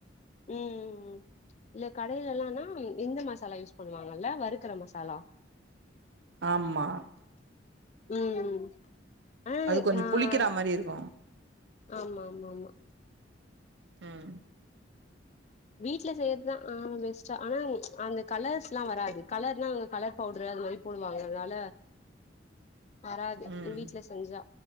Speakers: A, on the left; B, on the right.
A: உம் உம் உம். இல்ல கடையில எல்லானா இந்த மசாலா யூஸ் பண்ணுவாங்கல்ல வறுக்கற மசாலா
B: ஆமா
A: உம் உம் ஆஹ்
B: அது கொஞ்சோ
A: யாஹ்
B: புளிக்கிற மாரி இருக்கு
A: ஆமா ஆமா ஆமா
B: ஆஹ்
A: வீட்ல செய்யறதுதான் ஆஹ் பெஸ்டா ஆனா அந்த கலர்ஸ்லாம் வராது கலர்னா அங்க கலர் பவுட்ரு அது மாரி போடுவாங்க அதனால வராது
B: ம்
A: நீ வீட்டுல செஞ்சா